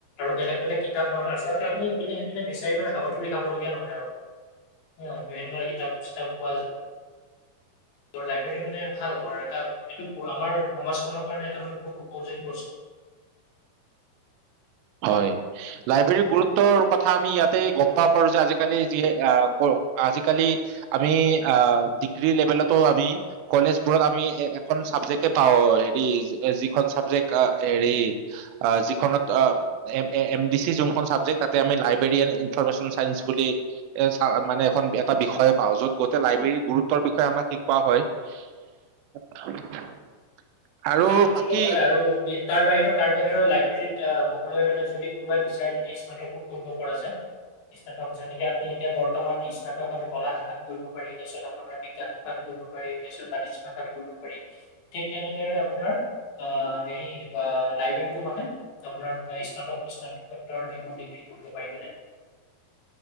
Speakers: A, on the left; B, on the right.
A: আৰু বেলেগ বেলেগ কিতাপ মানে আচলতে আমি ইপিনে সিপিনে বিচাৰি মানে হাবাথুৰি খাবলগীয়া নহয় আৰু। হয় বিভিন্ন কিতাপ - চিতাপ পোৱা য তৰ লাইব্ৰেৰী মানে ভাল আমাৰ এটা এইটো আমাৰ সমাজখনৰ কাৰণে এটা মানে বহুত উপযোগী বস্তু।
B: হয়। লাইব্ৰেৰীৰ গুৰুত্বৰ কথা আমি ইয়াতেই গম পাব পাৰো যে আজিকালি যি আ পৰ আজিকালি আমি আ ডিগ্ৰী লেভেলতো আমি কলেজবোৰত আমি এ এখন চাবজেক্টে পাওঁ হেৰি যি এ যিখন চাবজেক্ট আ হেৰি অ যিখনত অ M A M D C যোনখন চাবজেক্ট তাতে আমি লাইব্ৰেৰী এণ্ড ইনফৰৰ্মেশ্যন চাইন্স বুলি এ চা মানে এখন এটা বিষয়ে পাও য'ত গোটেই লাইব্ৰেৰীৰ গুৰুত্বৰ বিষয়ে আমাক শিকোৱা হয়। <unintelligible>
A: হয় হয় সেইটো
B: বাকী
A: হয় আৰু কি তাৰ বাহিৰে তাৰ বাহিৰেও লাইব্ৰেৰীত আ সকলোৱে মানে যদি কোনোবাই বিচাৰে যদি স্নাতকো কৰিব পৰা যায়, স্নাতক যেনেকে আমি এতিয়া বৰ্তমান স্নাতক আমি কলা শাখা কৰিব পাৰি তাৰপিছত আপোনাৰ বিজ্ঞান শাষাত কৰিব পাৰি তাৰপিছত বাণিজ্য শাষাত কৰিব পাৰি। ঠিক তেনেদৰে আপোনাৰ অ অ হেৰি বা লাইব্ৰেৰীটো মানে আপোনাৰ স্নাতক স্নাতকোতৰ সেইবোৰ ডিগ্ৰী বুজিব পাৰিব নে?